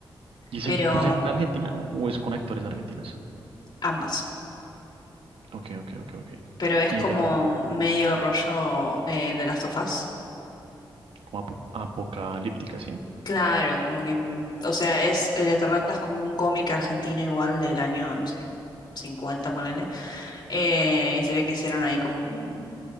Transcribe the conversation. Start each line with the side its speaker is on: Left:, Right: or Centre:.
Right: ¿Y es
Left: pero
Right: 100% en Argentina o es con actores argentinos?
Left: ambas.
Right: Ok, ok, ok, ok.
Left: Pero es
Right: ¿Y
Left: como
Right: de qué trata?
Left: medio rollo eh, de las tofas.
Right: Como apo- apocalíptica, ¿sí?
Left: Claro, como que, mm, o sea, es El Eternauta es como un cómic argentino igual del año, no sé, 50 ponele. Eh, y se ve que hicieron ahí como, un-